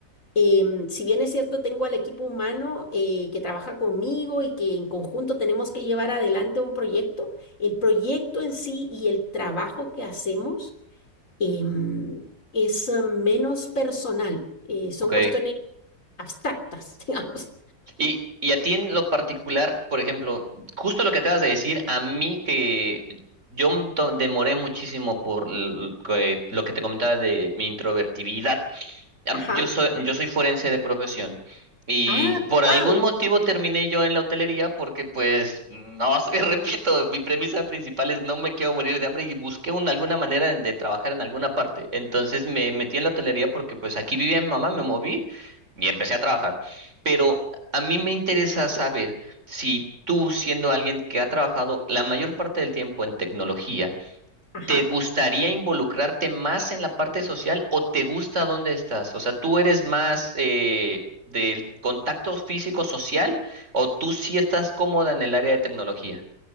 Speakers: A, on the left (about 45°); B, on the right (about 40°).
A: em, si bien es cierto, tengo al equipo humano eh, que trabaja conmigo y que en conjunto tenemos que llevar adelante un proyecto, el proyecto en sí y el trabajo que hacemos em, es eh, menos personal, eh, son
B: Ok.
A: cuestiones abstractas, <laughs> digamos.
B: Y, y a ti en lo particular, por ejemplo, justo lo que acabas de decir, a mí que yo m- to- demoré muchísimo por l- que- lo que te comentaba de mi introvertibilidad, am-
A: Ajá.
B: Yo soy, yo soy forense de profesión y
A: Ah,
B: por
A: wow.
B: algún motivo terminé yo en la hotelería porque pues no sé, <laughs> repito, mi premisa principal es no me quiero morir de hambre y busqué un- alguna manera de, de trabajar en alguna parte. Entonces me metí en la hotelería porque pues aquí vivía mi mamá, me moví y empecé a trabajar. Pero a mí me interesa saber si tú, siendo alguien que ha trabajado la mayor parte del tiempo en tecnología,
A: Ajá.
B: ¿Te gustaría involucrarte más en la parte social o te gusta dónde estás? O sea, ¿tú eres más eh, del contacto físico social o tú sí estás cómoda en el área de tecnología?